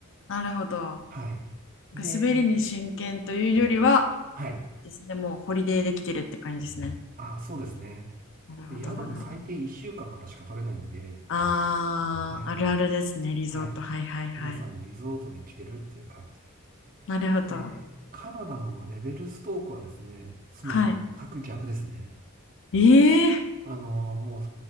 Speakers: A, on the left; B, on the right.
A: あなるほど。な
B: はい。で、
A: んか滑りに真剣というよりは
B: はい。
A: ですね、もうホリデーできてるって感じですね。
B: あ、そうですね。
A: なるほど、
B: で、宿も最低1週間かんからしか取れないんで、
A: なるほど。ああ、
B: はい。
A: あるあるですね、リゾート。
B: はい。
A: はいはいはい。
B: 皆さんリゾートで来てるっていう感じです。
A: なるほど。
B: えーカナダのレベルストークはですね、その全く逆ですね。
A: はい。ええ
B: あの、もう